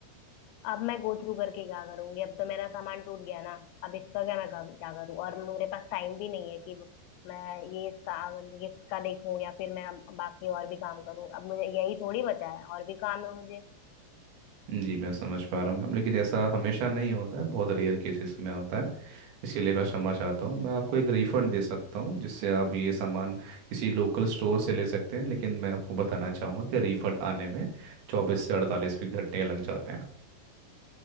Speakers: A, on the left; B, on the right.
A: अब मैं गो थ्रू करके क्या करूंगी अब तो मेरा सामान टूट गया ना अब इसका क्या मैं कर- क्या करूँ और मेरे पास टाइम भी नहीं है कि मैं ये सा- ये इसका देखूं या फिर मैं अब बाकी और भी काम करूँ अब मुझे यही थोड़ी बचा है और भी काम है मुझे
B: जी मैं समझ पा रहा हूँ मैम लेकिन ऐसा हमेशा नहीं होता है बहुत रेयर केसेस में होता है इसीलिए मैं क्षमा चाहता हूँ मैं आपको एक रिफंड दे सकता हूँ जिससे आप ये सामान किसी लोकल स्टोर से ले सकते हैं लेकिन मैं आपको बताना चाहूँगा कि रिफंड आने में चौबीस से अड़तालीस भी घंटे लग जाते हैं